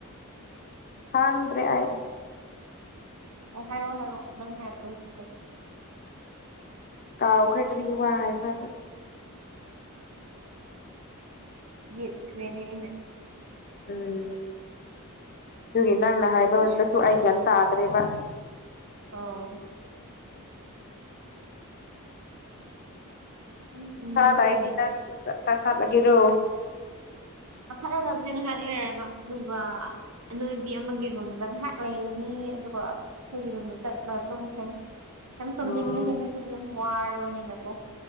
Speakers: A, on the left; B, on the right.
A: ꯍꯥꯡꯗ꯭ꯔꯦ ꯑꯩ
B: ꯑꯣ ꯍꯥꯏꯔꯛꯑꯣ ꯍꯥꯏꯔꯛꯑꯣ ꯅꯪ ꯍꯥꯏꯕꯗꯣ ꯍꯧꯖꯤꯛꯀꯤꯗꯣ
A: ꯀꯥꯎꯈ꯭ꯔꯦ ꯀ꯭ꯔꯤ ꯋꯥ ꯍꯥꯏꯕ꯭ꯔ ꯑꯗꯨ
B: ꯌꯦꯠꯈ꯭ꯔꯦꯅꯦ ꯑꯩꯅ
A: ꯎꯝ ꯑꯗꯨꯒꯤ ꯅꯪꯅ ꯍꯥꯏꯕꯗꯁꯨ ꯑꯩ ꯒ꯭ꯌꯥꯟ ꯇꯥꯗ꯭ꯔꯦꯕ
B: ꯑꯣ ꯌꯥꯝ ꯇꯨꯝꯅꯤꯡꯈ꯭ꯔꯦꯅꯦ
A: ꯈꯥ ꯂꯩꯗꯤ ꯅꯪꯁꯨ ꯆꯠ ꯂꯈꯠꯂꯒꯦꯔꯣ
B: <unintelligible> ꯉꯥꯛ ꯂꯩꯔꯒ ꯑꯗꯨꯒ ꯑꯅꯣꯏꯕꯤ ꯑꯃꯒꯤ ꯔꯨꯝꯗ ꯉꯩꯍꯥꯛ ꯂꯩꯔꯅꯤ ꯑꯗꯨꯒ ꯑꯩꯈꯣꯏꯒꯤ ꯔꯨꯝꯗ ꯆꯠꯂ ꯇꯨꯝꯈ꯭ꯔꯅꯤ ꯌꯥꯝ ꯇꯨꯝꯅꯤꯡꯉꯦꯍꯦ
A: ꯎꯝ
B: ꯉꯁꯤꯗꯤ ꯌꯥꯝ ꯋꯥꯔꯕꯅꯤꯅꯀꯣ